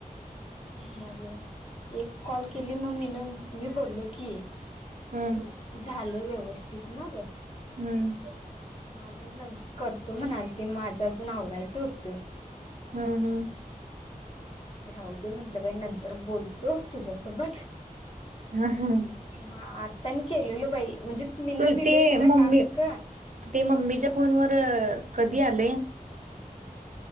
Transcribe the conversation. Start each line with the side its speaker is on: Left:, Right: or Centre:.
Left: मग एक कॉल केली मग मम्मीनं. मी बोललो की
Right: हं, हं,
Left: झालं व्यवस्थित ना, ग.
Right: हं
Left: आणि न करतो म्हणाल ते माझं अजून आवरायचं होतं.
Right: हा, हा, हा,
Left: राहू दे म्हंटलं बाई नंतर बोलतो तुझ्यासोबत.
Right: हं, हं.
Left: मग आतानी केलेल बाई म्हणजे मी
Right: तू
Left: ना दिलोय
Right: ते
Left: तिला
Right: मम्मी
Left: टास्क.
Right: ते मम्मीच्या फोनवर कधी आलय.